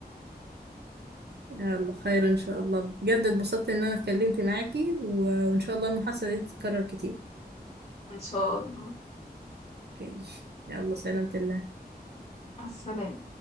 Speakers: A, on the right; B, on the left.
A: يلا خير ان شاء الله بجد اتبسطت ان انا اتكلمت معاكي و- وان شاء الله المحادثة دي تتكرر كتير
B: ان شاء الله
A: اوكي يلا سلامة الله
B: مع السلامه